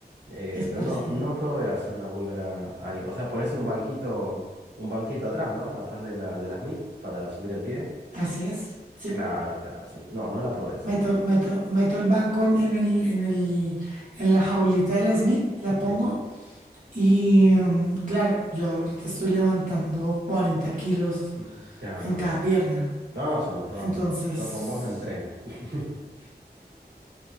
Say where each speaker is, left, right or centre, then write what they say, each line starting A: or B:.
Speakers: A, on the right; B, on the right.
A: Eh,
B: es
A: pero
B: parecido.
A: no, no probé hacer la búlgara ahí. O sea, pones un banquito, un banquito atrás, ¿no? Atrás de la, de las MIT para subir el pie.
B: Así es. Sí,
A: Claro, claro, sí. No, no la probé de esa
B: meto,
A: forma.
B: meto, meto el banco en en el, en el, en la jaulita de la Smith, la
A: Sí,
B: pongo Y mm, claro, yo ahorita estoy levantando 40 kilos
A: mm, claro,
B: en
A: no.
B: cada
A: es-
B: pierna.
A: No, es un montón.
B: Entonces,
A: Yo con vos no entreno. <laughs>